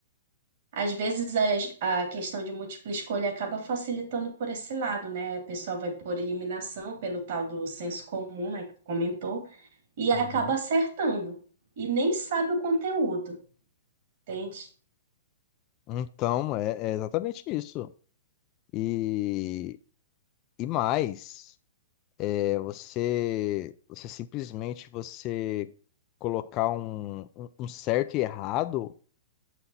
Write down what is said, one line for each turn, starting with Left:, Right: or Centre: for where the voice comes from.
Right: Às vezes a, a questão de múltipla escolha acaba facilitando por esse lado, né? A pessoa vai por eliminação, pelo tal do senso comum, né, que tu comentou, e acaba
Left: Uhum.
Right: acertando. E nem sabe o conteúdo, entende?
Left: Então, é, é exatamente isso. E, e mais. É você, você simplesmente você colocar um, um um certo e errado,